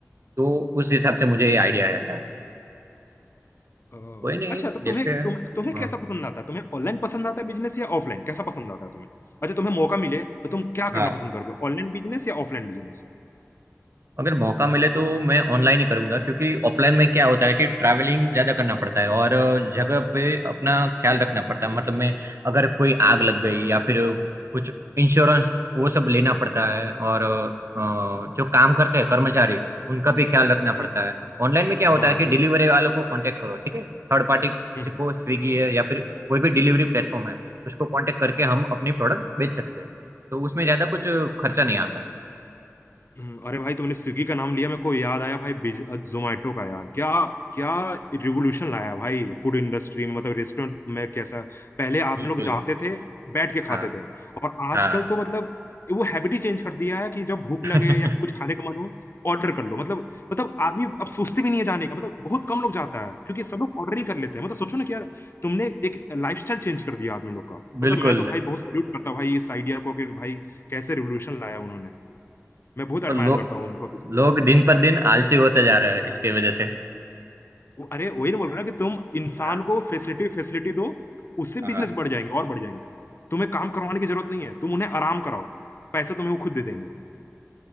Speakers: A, on the right; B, on the left.
A: तो उस हिसाब से मुझे ये आइडिया आया था
B: ओह,
A: कोई नहीं
B: अच्छा तो
A: देखते
B: तुम्हें
A: हैं
B: तुम तुम्हें
A: हाँ
B: कैसा पसंद आता है तुम्हें ऑनलाइन पसंद आता है बिजनेस या ऑफलाइन कैसा पसंद आता है तुम्हें अच्छा तुम्हें मौका मिले तो तुम क्या
A: हाँ
B: करना पसंद करोगे ऑनलाइन बिजनेस या ऑफलाइन बिजनेस
A: अगर मौका मिले तो मैं ऑनलाइन ही करूंगा क्योंकि ऑफलाइन में क्या होता है कि ट्रैवलिंग ज्यादा करना पड़ता है और जगह पे अपना ख्याल रखना पड़ता है मतलब मैं अगर कोई आग लग गई या फिर कुछ इंश्योरेंस वो सब लेना पड़ता है और अ, जो काम करते हैं कर्मचारी उनका भी ख्याल रखना
B: हम्म,
A: पड़ता है ऑनलाइन में क्या होता
B: हाँ
A: है
B: हाँ
A: कि
B: बिल्कुल
A: डिलीवरी वालों को कांटेक्ट करो ठीक है थर्ड पार्टी किसी
B: हम्म,
A: को स्विगी है या फिर कोई भी डिलीवरी प्लेटफॉर्म है उसको कांटेक्ट करके हम अपनी प्रोडक्ट बेच सकते हैं तो उसमें ज्यादा कुछ खर्चा नहीं आता है
B: हम्म, अरे भाई तुमने स्विगी का नाम लिया मेरे को याद आया भाई बिज जोमैटो का यार क्या क्या रिवोल्यूशन लाया भाई फूड इंडस्ट्री में मतलब रेस्टोरेंट में कैसा पहले आदमी
A: बिल्कुल
B: लोग जाते थे बैठ के खाते
A: हाँ
B: थे और आजकल
A: हाँ
B: तो मतलब वो हैबिट ही चेंज कर दिया है कि जब भूख
A: <laughs>
B: लगे या फिर कुछ खाने का मन हो ऑर्डर कर लो मतलब मतलब आदमी अब सोचते भी नहीं है जाने का मतलब बहुत कम लोग जाता है क्योंकि सब लोग ऑर्डर ही कर लेते हैं मतलब सोचो ना कि यार तुमने एक लाइफस्टाइल चेंज कर दिया आदमी लोग का मतलब
A: बिल्कुल
B: मैं तो भाई बहुत सैल्यूट करता हूँ भाई इस आइडिया को कि भाई कैसे रिवोल्यूशन लाया उन्होंने मैं बहुत एडमायर
A: और लो,
B: करता हूँ उनको बिजनेस
A: लोग
B: में
A: दिन पर दिन आलसी होते जा रहे हैं इसके वजह से
B: वो- अरे वही ना बोल रहे ना कि तुम इंसान
A: हाँ
B: को फैसिलिटी फैसिलिटी दो उससे
A: हाँ
B: बिजनेस बढ़ जाएंगे और बढ़ जाएंगे तुम्हें काम करवाने की जरूरत नहीं है तुम उन्हें आराम कराओ पैसा तुम्हें वो खुद दे देंगे